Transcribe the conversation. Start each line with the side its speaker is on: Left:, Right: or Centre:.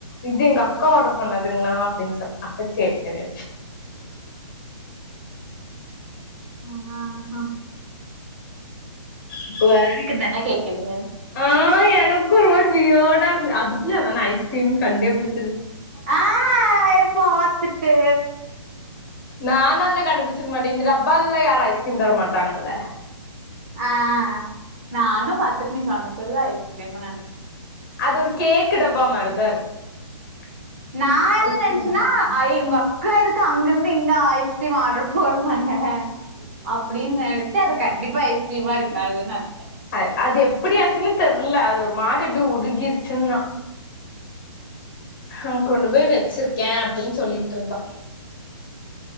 Left: இது எங்க அக்கா ஆர்டர் பண்ணதுங்னா அப்டின்னு சொ அப்ப சேரி சேரி
Right: ஆ ஆ ஹ
Left: இப்ப வேற
Right: தான கேக்குது
Left: ஆ எனக்கு ஒரு ஒரு வியோடா இரு அது இல்ல நா ஐஸ்க்கீரிம் கண்டேப்பிடி
Right: ஆ இப்போ ஆத்துட்டு
Left: நானாயிந்தா கண்டுபுச்சிருக்க மாட்டே இந்த டப்பால எல்லா யாரும் ஐஸ்கிரீம் தர மாட்டாங்கல்ல
Right: ஆ நானு பாத்துட்டு நீ சொன்னப்பறந்தான் ஐஸ்கிரீமுன் நென்
Left: அது ஒரு கேக் டப்பா <inaudible>
Right: நா என்ன
Left: ஐஸ்கிரீம்
Right: நினைச்சன்னா
Left: கேக்
Right: ஐ உங்க அக்கா இருக் க அங்க இந்துங்க ஐஸ்கிரீம் ஆடரு போடவோன் அப்டின்னு நெனைச்சு அது கண்டிப்பா ஐஸ் கீரிமா இருக்காதுன் நெனச்சேன்
Left: அ அது எப்படியாச்சுன்னு தெர்ல அது ஒரு மாரி அப்டி உருகிருச்சுன்னா அ கொண்டு போய் வச்சிருக்கேன் அப்டின் சொல்லிட்டு இருந்தா